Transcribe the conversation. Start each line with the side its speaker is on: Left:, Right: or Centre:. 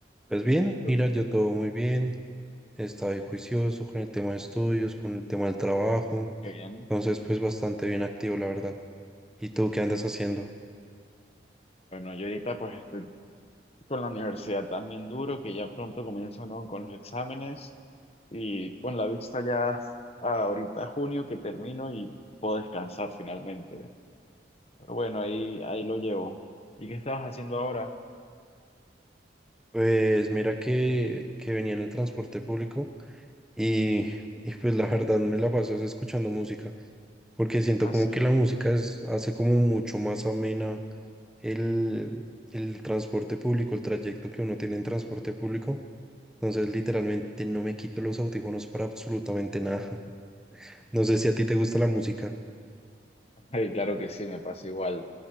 Centre: Pues bien,
Left: ¿Y tú?
Centre: mira, yo todo muy bien. He
Left: Ujú.
Centre: estado ahí
Left: <laughs>
Centre: juicioso con el tema de estudios, con el tema del trabajo.
Left: Qué bien.
Centre: Entonces, pues bastante bien activo, la verdad. ¿Y tú qué andas haciendo?
Left: Bueno, yo ahorita pues estoy con la universidad también duro, que ya pronto comienzo, ¿no? con los exámenes y con la vista ya a ahorita junio que termino y puedo descansar finalmente. Pero bueno, ahí, ahí lo llevo. ¿Y qué estabas haciendo ahora?
Centre: Pues mira que, que venía en el transporte público y, y pues la verdad me la paso es escuchando música, porque siento
Left: Ah,
Centre: como
Left: sí.
Centre: que la música es, hace como mucho más amena el, el transporte público, el trayecto que uno tiene en transporte público. Entonces, literalmente no me quito los audífonos para absolutamente nada. <laughs> No sé si a ti te gusta la música.
Left: <laughs> Ay, claro que sí, me pasa igual.